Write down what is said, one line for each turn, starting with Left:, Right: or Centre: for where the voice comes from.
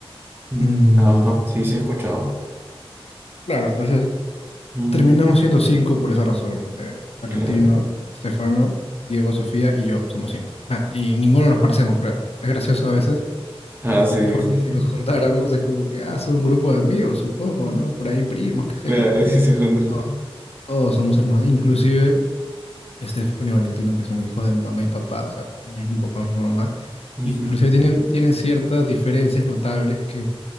Right: Mm.
Left: Mm,
Right: Ajá. Sí, sí he escuchado.
Left: claro, entonces
Right: Mm,
Left: Terminamos siendo cinco por esa razón. ¿no? Eh, Valentino,
Right: Claro.
Left: Estefano, Diego, Sofía y yo somos cinco. Ah, y ninguno nos parecemos, creo. Es gracioso a veces,
Right: Ah, sí,
Left: porque
Right: sí. <laughs>
Left: si nos juntáramos es como que, ah, son un grupo de amigos, supongo, ¿no? Por ahí primos, qué sé
Right: Claro,
Left: yo.
Right: sí se claro.
Left: No, todos somos hermanos, inclusive Estefano y Valentino, que son hijos de mamá y papá, o sea, mismo papá, misma mamá.
Right: Ujú.
Left: Inclusive tienen, tienen ciertas diferencias notables que